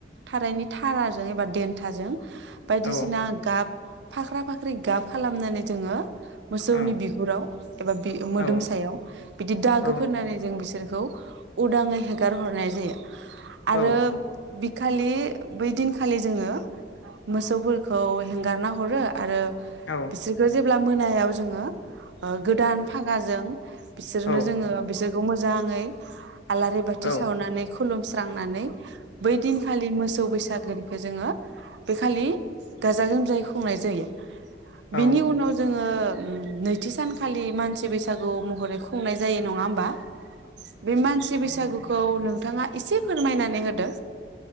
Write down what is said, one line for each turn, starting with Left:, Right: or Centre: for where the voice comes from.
Right: थारायनि थाराजों एबा देन्थाजों बायदिसिना
Left: औ
Right: गाब फाख्रा फाख्रि गाब खालामनानै जोङो मोसौनि
Left: औ
Right: बिगुराव एबा बि मोदोमसायाव
Left: औ
Right: बिदि दागो
Left: औ
Right: फोननानै जों बिसोरखौ उदाङै हेगार हरनाय जायो आरो
Left: औ
Right: बिखालि बै दिनखालि जोङो मोसौफोरखौ हगारना हरो आरो
Left: औ
Right: बिसोरखौ जेबो अब्ला मोनायाव जोङो ओ गोदान फागाजों बिसोरनो
Left: औ
Right: जोङो बिसोरखौ मोजां मोजाङै आलारि बाथि
Left: औ
Right: सावनानै खुलुम स्रांनानै बै दिनखालि मोसौ बैसागो खौ जोङो बे खालि गाजा गोमजायै खुंनाय जायो। बिनि
Left: औ
Right: उनाव जोङो। <inaudible> नैथि सानखालि मानसि बैसागु महरै खुंनाय जायो नङा होमबा। बै मानसि बैसागु खौ नोंथाङा इसे फोरमायनानै होदो